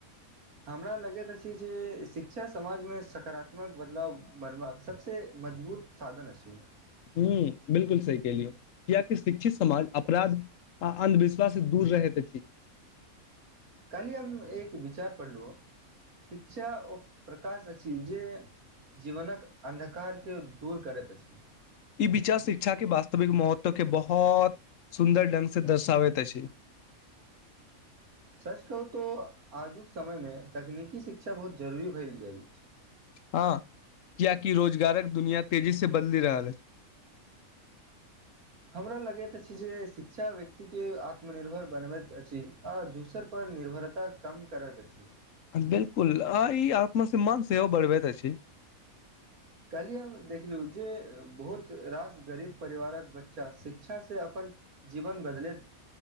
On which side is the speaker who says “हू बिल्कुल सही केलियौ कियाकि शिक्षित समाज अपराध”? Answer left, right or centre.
Left